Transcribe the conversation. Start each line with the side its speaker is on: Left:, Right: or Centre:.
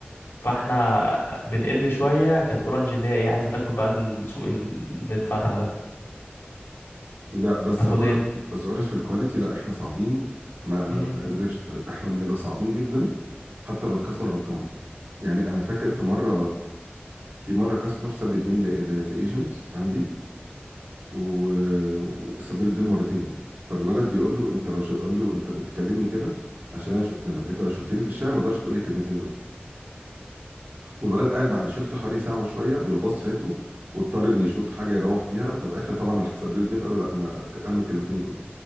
Left: فاحنا بنقل شوية كانت اورنج اللي هي ايه عايزة تاكل بقى السوق اللي اتفتح ده
Right: لا بس
Left: تاخد
Right: اورنج
Left: ايه
Right: بس اورنج في الكواليتي لا احنا صعبين ما ما
Left: مم،
Right: ما اكذبش احنا بنبقى صعبين جدا حتى لو الكاستمر غلطان يعني انا فاكر في مره في مره كاستمر ساب الدين للايجنت عندي و- وساب له الدين مرتين فالولد بيقول له انت لو شو قول له انت بتكلمني كده عشان انا مش قدامك انت لو شفتني في الشارع ما اقدرش تقول لي الكلمتين دول والولد قاعد بعد شفت حوالي ساعه وشويه والباص فاته واضطر ان يشوف حاجه يروح بيها فباخر طبعا راح تسبب له الدنيا فقال له لا ما قال له الكلمتين دول